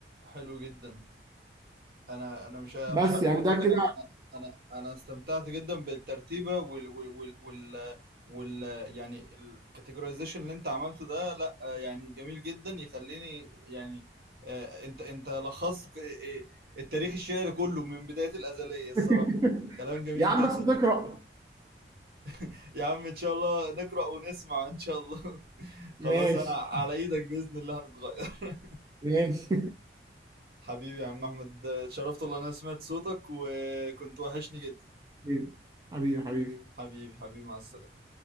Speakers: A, on the right; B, on the right.
A: حلو جدا انا انا مش مش
B: بس
A: عارف
B: يعني
A: اقول
B: ده
A: لك
B: كده
A: انا انا انا انا استمتعت جدا بالترتيبه وال وال وال, وال, وال يعني الكاتيجورايزيشن اللي انت عملته ده لا آه، يعني جميل جدا يخليني يعني آه، انت انت لخصت ك- آه، التاريخ الشعري كله من بدايه الازليه الصراحه
B: <laughs>
A: كلام جميل
B: يا عم
A: جدا
B: بس تقرأ
A: والله <laughs> يا عم ان شاء الله نقرا ونسمع ان شاء الله <laughs>
B: ماشي
A: خلاص انا على ايدك باذن الله هنتغير <laughs>
B: ماشي
A: حبيبي يا عم احمد آه، اتشرفت والله إن انا سمعت صوتك وكنت وحشني جدا
B: <laughs> حبيبي حبيبي
A: حبيبي حبيبي مع السلامة